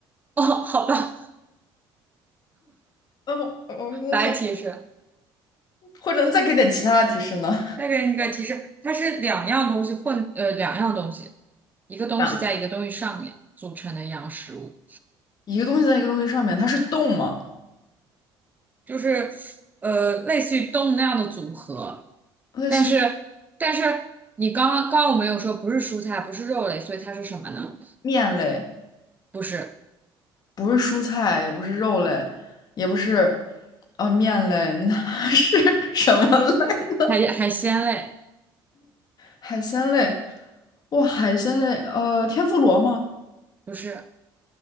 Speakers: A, on the right; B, on the left.
A: 哦，好吧，
B: 哦，我我就在想，
A: 白提示。
B: 或者你再给点其他的提示呢？
A: 再给你一个提示，它是两样东西混，呃，两样东西，一个东西在一个东西上面组成的一样食物，
B: 啊一个东西在一个东西上面，它是动吗？
A: 就是呃，类似于动物那样的组合。
B: 类似于
A: 但是，但是你刚刚刚刚我们有说不是蔬菜，不是肉类，所以它是什么呢？
B: 面类，
A: 不是
B: 不是蔬菜，也不是肉类，也不是啊、面类，那是 <laughs> 什么类呢？
A: 海海鲜类，
B: 海鲜类，哇，海鲜类，呃，天妇罗吗？
A: 不是。